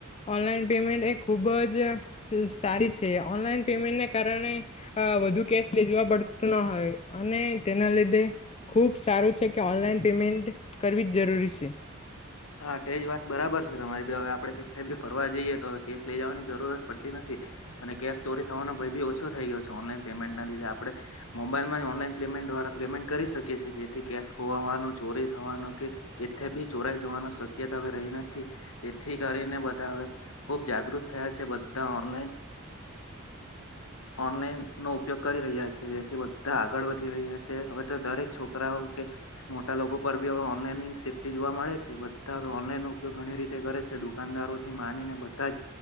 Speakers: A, on the left; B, on the left.
A: ઓનલાઈન પેમેન્ટ એ ખૂબ જ સારી છે ઓનલાઈન પેમેન્ટને કારણે વધુ કેશ લે જોવા પડતું ના હોય અને તેના લીધે ખુબ સારું છે કે ઓનલાઈન પેમેન્ટ કરવી જ જરૂરી છે
B: હા તેજ વાત બરાબર છે તમારી ભી હવે આપણે કે ભી ફરવા જઈએ તો હવે કેસ લઇ જવાની જરૂરત પડતી નથી અને કેશ ચોરી થવાનો ભય બી ઓછો થઈ ગયો છે ઓનલાઈન પેમેન્ટ ના લીધે આપડે મોબાઈલમાં ઓનલાઈન પેમેન્ટળ પેમેન્ટ કરી શકી જેથી કેશ ખોવાનો ચોરી થવાનો કે કે ભી ચોરાઈ જવાનો શક્યતા હવે રહી નથી એથી કરીને હ ખુબ જાગૃત થયા છે બધા ઓનલાઈન ઓનલાઈન નો ઉપયોગ કરી રહ્યા છે જેથી બધા આગળ વધ રહ્યા છે હવે તો દરેક છોકરાઓ કે મોટા લોકો પર બી હવે ઓનલાઈન સેફ્ટી જોવા મળે બધા હવે ઓનલાઈન નો ઉપયોગ ઘણી રીતે કરે છે દુકાનદારો થી માનીને બધા જ